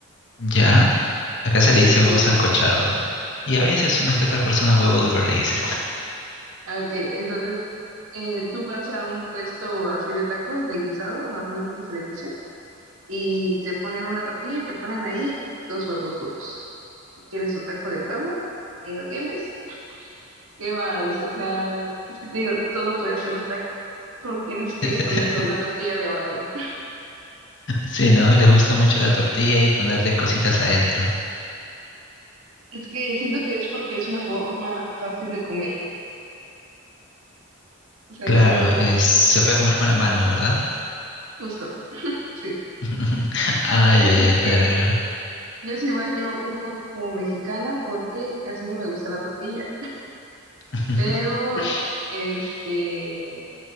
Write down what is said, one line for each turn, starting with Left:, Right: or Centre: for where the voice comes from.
Left: Ya, acá se
Right: Este,
Left: le dice huevo sancochado. ¿no? Y a veces unas que otras personas huevo duro le dicen.
Right: ok, entonces eh, tú vas a un puesto así de tacos de guisado, normalmente se les dice, y te ponen una tortilla y te ponen ahí dos huevos duros. Si quieres tu taco de huevo, ahí lo tienes. ¿Qué más? O sea, es que te digo, todo puede ser un taco. Solo tienes que
Left: <laughs>
Right: ponerle una tortilla debajo.
Left: Sí, ¿no? Les gusta mucho la tortilla y ponerle cositas adentro.
Right: Es que siento que es porque es una forma fácil de comer. O sea,
Left: Claro,
Right: solo
Left: es- se puede comer con la mano, ¿verdad?
Right: Justo, sí.
Left: <laughs> Ah,
Right: Es
Left: ya,
Right: decir
Left: ya, claro,
Right: que
Left: claro.
Right: yo sí yo un poco como mexicana porque casi no me gusta la tortilla,
Left: <laughs>
Right: pero este